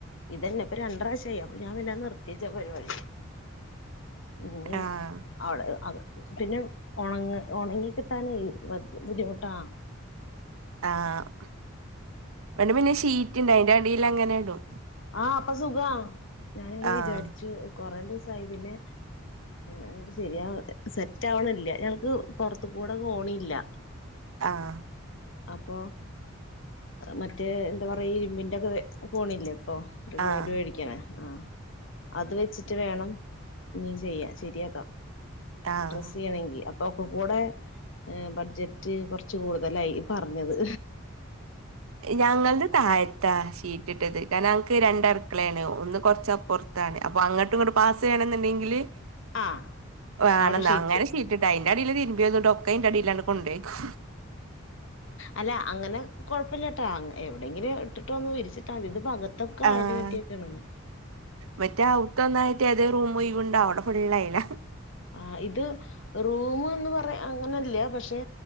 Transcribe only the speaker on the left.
ഇതെന്നെ ഇപ്പൊ രണ്ട്റാഷായി അപ്പൊ ഞാൻ പിന്നെ നിർത്തിച്ച് ആ പരിപാടി ഇനി
അവിടെ പിന്നെ ഉണങ്ങ ഉണങ്ങി കിട്ടാനേ ബുദ്ധിമുട്ടാ
ആ അപ്പൊ സുഖാ ഞാനിങ്ങനെ
വിചാരിച്ചു കൊറെ ദിവസയി പിന്നെ അങ്ങട്ട് ശരിയാ സെറ്റ് ആവണില്ല ഞങ്ങൾക്ക് പുറത്ത് കൂടെ കോണില്ല <inaudible>
അപ്പോ മറ്റേ എന്താ പറയ ഇരുമ്പിന്റെ ഒക്കെ കോണില്ലേ പ്പൊ റെഡിമെയഡ്
വേടിക്കണേ ആ അത് വെച്ചിട്ട് വേണം ഇനീം ചെയ്യാ ശരിയാക്കാം.
ഡ്രസ്സ്‌ ചെയ്യണെങ്കി, അ ഒക്കെ കൂടെ ഏ ബഡ്ജറ്റ് കൊറച്ച് കൂടുതലായി പറഞ്ഞത്
ആഹ്
അവിടെ ഷീറ്റ്
അല്ല അങ്ങനെ കൊ പ്പല്ല്യട്ടാ അങ് എവിടെയെങ്കിലും ഇട്ടിട്ട് ഒന്ന് വിരിച്ചിട്ടാ മതി ഇത്പ്പൊ അകത്തൊക്കെ
അയല് കെട്ടിയേക്കാണ്.
ആഹ്, ഇത് റൂമ് എന്ന് പറയാ അങ്ങനെല്ല്യ. പക്ഷെ